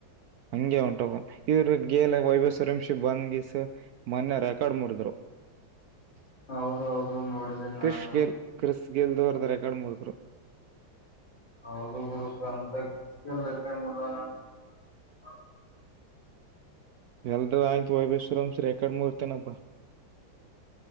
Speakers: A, on the right; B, on the left.
A: ಹಂಗೆ ಹೋಂಟೋಗನೆ ಇದ್ರ ಗೆಲ್ ವೈಭವ್ ಸೂರ್ಯವಂಶಿ ಬಂದದಿವಸ ಮೊನ್ನೆ ರೆಕಾರ್ಡ್ ಮುರಿದ್ರು. <unintelligible>
B: ಹೌದೌದು ನೋಡಿದೆ
A: ಕ್ರಿಶ್
B: ನಾನು
A: ಗೇಲ್ ಕ್ರಿಸ್ ಗೆಲ್ ದು ರೆಕಾರ್ಡ್ ಮೂರ್ದರು
B: ಹೌದು ಗುರು <unintelligible>
A: ಎಲ್ಡ ಆಯತ್ು ವೈಬೇಶ್ವರಂಸ್ ರೆಕಾರ್ಡ್ ಮೂರ್ತನಪ್ <unintelligible>